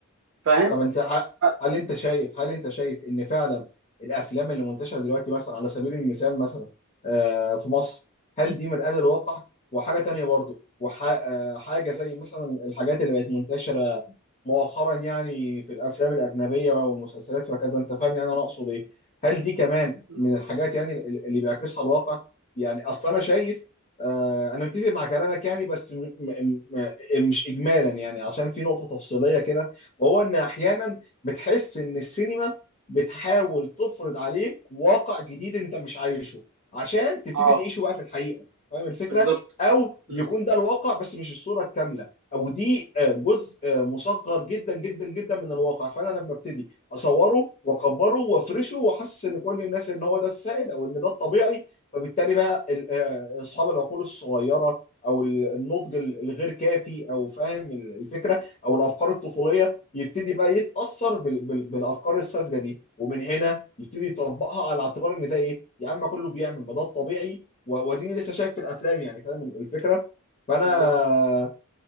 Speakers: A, on the right; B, on the left.
A: فاهم
B: طب انت ح-
A: ف-
B: هل انت شايف هل انت شايف ان فعلا الافلام اللي منتشره دلوقتي مثلا على سبيل المثال مثلا آه، في مصر هل دي مرآة للواقع وحاجه تانية برضو وحاجه زي مثلا الحاجات اللي بقت منتشره مؤخرا يعني في الافلام الاجنبيه والمسلسلات وكذا انت فاهم يعني انا اقصد ايه هل دي كمان
A: م.
B: من الحاجات يعني ال- اللي بيعكسها الواقع يعني اصلا انا شايف آه، انا متفق مع كلامك يعني بس م م م مش اجمالا يعني عشان في نقطه تفصيليه كده وهو ان احيانا بتحس ان السينما بتحاول تفرض عليك واقع جديد انت مش عايشه عشان تبتدي
A: اه
B: تعيشه بقى في الحقيقه فاهم الفكره
A: بالظبط
B: او
A: م.
B: يكون ده الواقع بس مش الصوره الكامله او دي آه، جزء آه، مصغر جدا جدا جدا من الواقع فانا لما ابتدي اصوره واكبره وافرشه واحسس ان كل الناس ان هو ده السائد او ان ده الطبيعي فبالتالي بقى ال- آه، اصحاب العقول الصغيره او ال- النضج ال- الغير كافي او فاهم ال- الفكره او الافكار الطفوليه يبتدي بقى يتأثر بال... بال... بالأفكار الساذجة دي ومن هنا يبتدي يطبقها على اعتبار إن ده إيه يا عم كله بيعمل ما ده الطبيعي و... واديني لسه شايف في الأفلام يعني فاهم الفكرة فأنا
A: بالظبط